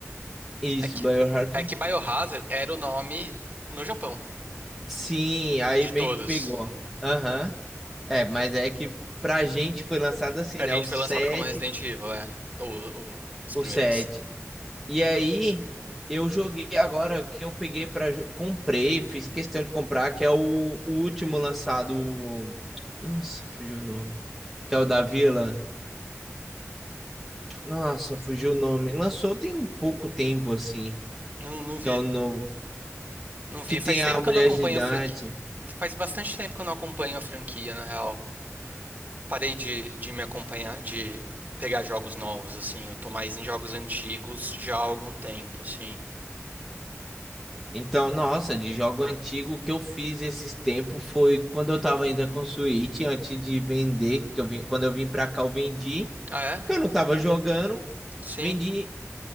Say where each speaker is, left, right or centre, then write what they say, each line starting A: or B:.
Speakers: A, in the centre; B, on the right.
A: Isso,
B: É que,
A: Biohazard.
B: é que Biohazard era o nome no Japão,
A: Sim, aí
B: de
A: meio
B: todos.
A: que pegou. Aham. É, mas é que pra gente foi lançado assim,
B: Pra
A: né?
B: gente
A: O 7,
B: foi lançado como Resident Evil, é. O, o- os
A: o
B: primeiros.
A: 7. E aí eu joguei agora que eu peguei pra. jo- Comprei, fiz questão de comprar, que é o, o último lançado Nossa, fugiu o nome. Que é o da Vila. Nossa, fugiu o nome. Lançou tem pouco tempo, assim.
B: Não, não vi.
A: Que é o novo
B: Não vi.
A: Que tem
B: Faz tempo
A: a Mulher
B: que eu não acompanho
A: Gigante.
B: a franquia. Faz bastante tempo que eu não acompanho a franquia, na real. Parei de, de me acompanhar, de pegar jogos novos, assim. Eu tô mais em jogos antigos já há algum tempo, assim.
A: Então, nossa, de jogo antigo, o que eu fiz esses tempos foi quando eu tava ainda com Switch, antes de vender, que eu vim, quando eu vim pra cá, eu vendi,
B: Ah, é?
A: que eu não tava jogando,
B: Sim,
A: vendi,